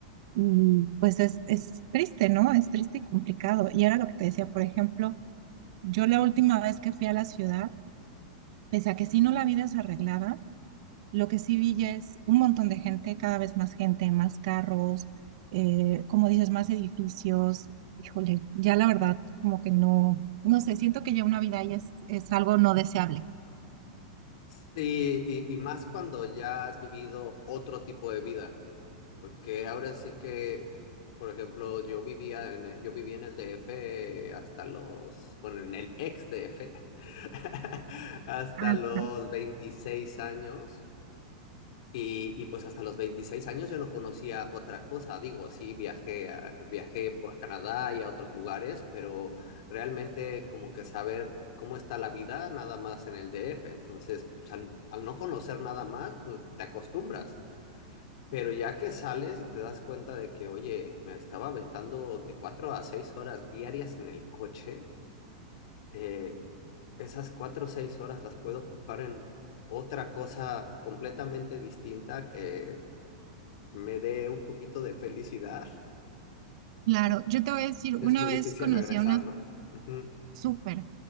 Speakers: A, on the right; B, on the left.
A: Y pues es, es triste, ¿no? Es triste y complicado. Y era lo que te decía, por ejemplo, yo la última vez que fui a la ciudad, Pese a que sí no la vida es arreglada lo que sí vi ya es un montón de gente, cada vez más gente, más carros, eh, como dices, más edificios. Híjole, ya la verdad, como que no, no sé, siento que ya una vida ahí es, es algo no deseable.
B: Sí, y, y más cuando ya has vivido otro tipo de vida. Porque ahora sí que, por ejemplo, yo vivía en el, yo viví en el DF hasta los, bueno, en el ex DF, <laughs> hasta
A: Ajá,
B: los 26 años. Y, y pues hasta los 26 años yo no conocía otra cosa. Digo, sí, viajé a, viajé por- a Canadá y a otros lugares, pero realmente como que saber cómo está la vida nada más en el DF. Entonces, pues, al al no conocer nada más, pues te acostumbras. Pero ya que sales y te das cuenta de que, oye, me estaba aventando de cuatro a seis horas diarias en el coche, eh, esas cuatro o seis horas las puedo ocupar en otra cosa completamente distinta que me dé un poquito de felicidad.
A: claro, yo te voy a decir,
B: Es
A: una
B: muy
A: vez
B: difícil
A: conocí
B: regresar,
A: a unas
B: ¿no? Ujú,
A: súper,